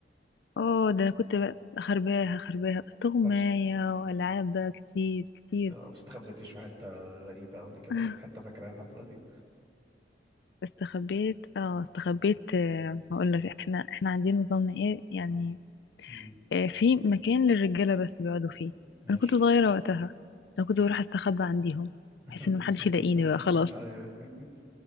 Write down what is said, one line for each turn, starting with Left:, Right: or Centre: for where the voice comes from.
Left: اه ده انا كنت بقى خرباها خرباها استغماية
Right: فاك...
Left: والعاب بقى كتير كتير
Right: آه، ما استخبيتيش في حتة غريبة قبل كده
Left: <laughs>
Right: حتى فاكراها لحد دلوقتي؟
Left: استخبيت اه استخبيت آه، هقول لك احنا احنا عندنا نظامنا ايه يعني
Right: أمم،
Left: آه، في مكان للرجالة بس بيقعدوا فيه
Right: ماشي
Left: انا كنت صغيرة وقتها انا كنت بروح استخبى عنديهم
Right: <laughs>
Left: بحيث ان محدش يلاقيني بقى خلاص
Right: ايوه <laughs>